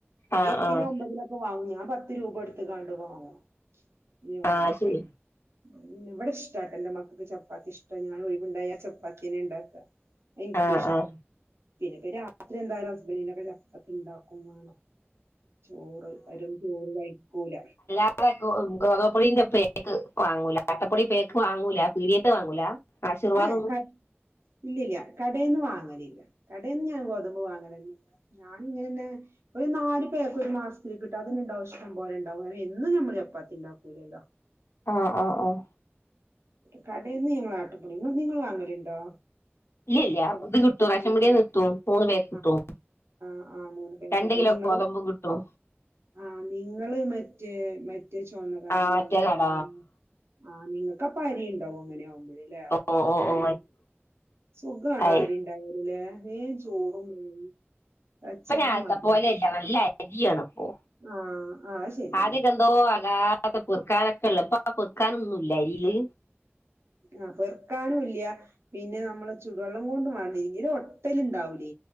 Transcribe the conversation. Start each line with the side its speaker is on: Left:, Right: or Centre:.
Right: ഇല്ലേ
Left: ആഹ്
Right: എട്ടിനോ
Left: ആഹ്
Right: ഒമ്പതിനൊക്കെ വാങ്ങും ഞാൻ പത്ത് രൂപ കൊടുത്ത്കാണ്ട് വാങ്ങും. <unintelligible>
Left: ആഹ് ശരി
Right: ഇവിടെ ഇഷ് ഇഷ്ടാന്റെ മക്കൾക്ക് ചപ്പാത്തി ഇഷ്ട ഞാൻ ഒഴിവുണ്ടായ ആ ചപ്പാത്തിന്നെ ണ്ടാക്കാ. എനിക്കും
Left: ആഹ്
Right: ഇഷ്ട
Left: ആഹ്
Right: പിന്നെപ്പ രാത്രി എന്തായാലും ഹസ്ബന്റ്നൊക്കെ ചപ്പാത്തി ഉണ്ടാക്കും വേണം. ചോറ് അവരൊന്നും ചോറ് കഴിക്കൂല.
Left: അത ഗോതമ്പ് പൊടിന്റെ പേക്ക് വാങ്ങൂല അട്ടപ്പൊടി പേക്ക് വാങ്ങൂല പീടിയത്ത് വാങ്ങൂല.
Right: <unintelligible>
Left: ആശീർവാദൊന്നും
Right: ഇല്ല്യല്ല കടേന്ന് വാങ്ങലില്ല കടയിൽന്ന് ഞാൻ ഗോതമ്പ് വാങ്ങലെന്നേ ഇല്ല. ഞാനിങ്ങനെന്നെ ഒരു നാല് പേക്ക് ഒരു മാസത്തിന് കിട്ടും അതെന്നെണ്ടാവും ഇഷ്ടം പോലെണ്ടാവും കാരണം എന്നും ഞമ്മൾ ചപ്പാത്തിണ്ടാക്കൂലല്ലോ.
Left: ആഹ് ആഹ് ആഹ്.
Right: കടേൽന്ന് ഞങ്ങളാട്ടപ്പൊടി നിങ്ങൾ വാങ്ങലുണ്ടോ
Left: ഇല്ല്യല്ല
Right: കട
Left: ഇത് കിട്ടും റേഷൻ
Right: ഉം
Left: പീടിയെന്ന്
Right: ഉം
Left: കിട്ടും മൂന്ന് പേക്ക് കിട്ടും
Right: ആഹ് ആഹ് ആഹ് മൂന്ന് പേക്ക്
Left: രണ്ട്
Right: കിട്ടും
Left: കിലോ
Right: നിങ്ങള്
Left: ഗോതമ്പും കിട്ടും.
Right: ആഹ് നിങ്ങള് മറ്റേ മറ്റേ ചുവന്ന കാർഡിലാവുലേ
Left: ആ മറ്റേ കട
Right: ആഹ് നിങ്ങക്ക് അപ്പ അരി ഉണ്ടാവും അങ്ങനെ ആവുമ്പോഴേ അല്ലേ
Left: ഓ ഓ ഓ
Right: അരി
Left: ഓ,
Right: സുഖാണ്
Left: അരി
Right: അരിണ്ടായാല് ലേ വേം ചോറും വേവും. വെച്ചാ
Left: ഇപ്പയിന് ആദ്യത്തെ
Right: മതി
Left: പോലെല്ല നല്ല അരിയാണ് ഇപ്പോ.
Right: ആഹ്. ആഹ് അത് ശരിയാണ്
Left: ആദ്യക്കെന്തോ ആകാത്ത പൊർ ക്കാനൊക്കെ ഉള്ള ഇപ്പൊ ആ പൊർക്കാനൊന്നുല്ല അരീല്.
Right: ആ പെറുക്കാനും ഇല്ലിയ പിന്നെ നമ്മള് ചൂടുവെള്ളം കൊണ്ട് വേണ്ടി ഇതിന് ഒട്ടൽ ഉണ്ടാവൂലേ